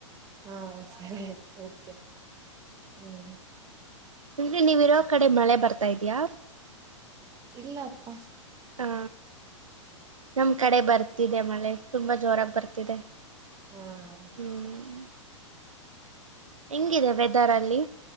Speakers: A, on the right (about 20°); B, on the right (about 85°).
A: ಹಾ ಸರಿ ಆಯ್ತ್ ಹೋಗ್ತೇನೆ ಹ್ಮ್
B: ಅ ನೀವ ಇರೋ ಕಡೆ ಮಳೆ ಬರ್ತಾ ಇದ್ಯಾ
A: ಇಲ್ಲ ಅಪ್ಪ
B: ಹಾ ನಮ್ ಕಡೆ ಬರ್ತಿದೆ ಮಳೆ ತುಂಬಾ ಜೋರಾಗಿ ಬರ್ತಿದೆ
A: ಹ
B: ಹ್ಮ್ ಹೆಂಗಿದೆ ವೆದರ್ ಅಲ್ಲಿ